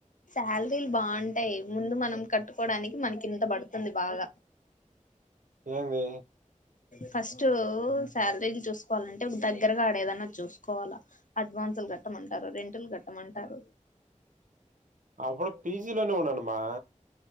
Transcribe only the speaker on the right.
ఏమి
అప్పుడు పీజీలోనే ఉండండమ్మా